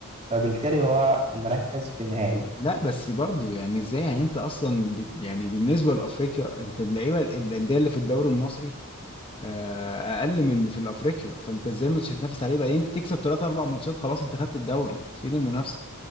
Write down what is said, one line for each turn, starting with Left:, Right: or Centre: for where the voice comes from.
Right: فبالتالي هو مركز في النهائي
Left: لا بس برضو يعني ازاي يعني انت اصلا ب... يعني بالنسبه لافريقيا انت اللعيبه الانديه اللي في الدوري المصري آه، اقل من اللي في الافريقيا فانت ازاي مش هتنافس عليه بعدين انت تكسب ثلاث اربع ماتشات خلاص انت خدت الدوري فين المنافسه